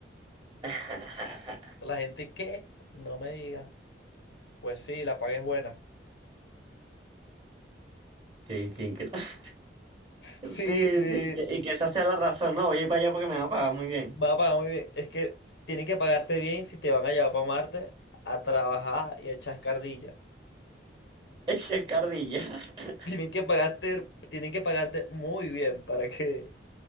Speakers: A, on the right; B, on the left.
A: <laughs>
B: La gente, ¿qué? No me digas. Pues sí, la paga es buena. <laughs>
A: Qué- qué incre- <laughs> Sí,
B: Sí, sí, s-
A: sí, que- y que esa sea la razón. No, voy a ir para allá porque me va a pagar muy bien.
B: va a pagar muy bien. Es que tienen que pagarte bien si te van a llevar para Marte a trabajar y a echar escardilla.
A: Eche cardilla. <laughs>
B: <laughs> Tienen que pagarte, tienen que pagarte muy bien para que,